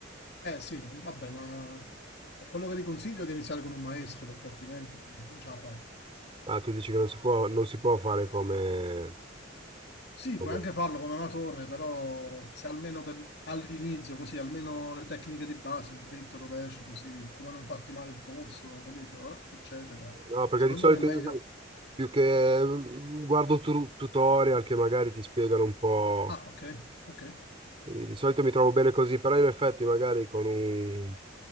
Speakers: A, on the left (about 55°); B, on the right (about 30°).
A: eh, sì, vabbè, ma quello che ti consiglio è di iniziare con un maestro, perché altrimenti non ce la fai.
B: Ah, tu dici che non si può, non si può fare come,
A: Sì,
B: come-
A: puoi anche farlo come amatore, però se almeno per- all'inizio, così, almeno le tecniche di base, il dritto, il rovescio, così, come non farti male il polso, capito? Eh, eccetera.
B: No, perché
A: Secondo
B: di solito
A: me è meglio...
B: io sai, più che mm, guardo tu- tutorial che magari ti spiegano un po'.
A: Ah, ok, ok.
B: Di, di solito mi trovo bene così, però in effetti magari con un,